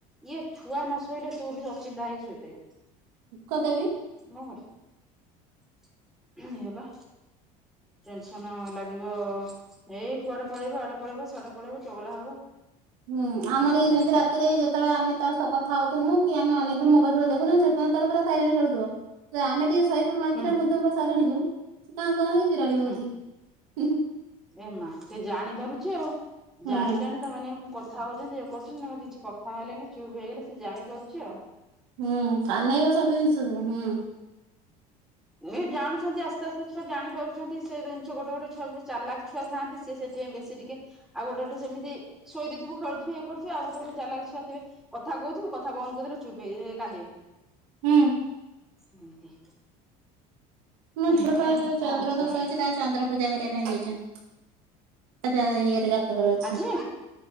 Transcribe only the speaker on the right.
କଣଦେବି
ହୁଁ ଆମର
ଇଏ
ସେମିତି ରାତିରେ ଯେତେବେଳେ ଆମେ ତା ସହିତ କଥା ହଉଥୁମୁ କି ଆମେ ଅନେଇ ଥିବୁ ମୋବାଇଲ ଫୋବାଇଲ ଦେଖୁଥିବୁ ସେତେବେଳେ ତାର ପୁରା ସାଇଲେଣ୍ଟ ଖେଳୁଥିବ। ଆମେ ଟିକେ ଶହେ ପଡ଼ିବୁ ଆଖିଟା
ମୁଦି ଦେବୁ ପୁରା ସାଇଲେଣ୍ଟ ହେଇଯିବୁ ସେ କାଉଁ କାଉଁ ହୋଇ ଏନ୍ତି ରଡ଼ି ପକାଉଛି
ହି ହି।
ହୁଁ
ହୁଁ କାନେଇବ ସବୁ ଜିନିଷକୁ ହୁଁ।
ହୁଁ।
ମୋ
ଝିଅପା ଯୋଉ
ଚନ୍ଦ୍ର
ଦୋଷ ଅଛି ତାର ଚନ୍ଦ୍ର ପୂଜା କରିବା ପାଇଁ ଯାଇଛନ୍ତି ତା ଇଏରେ ଜା ତାଙ୍କର ଅଛି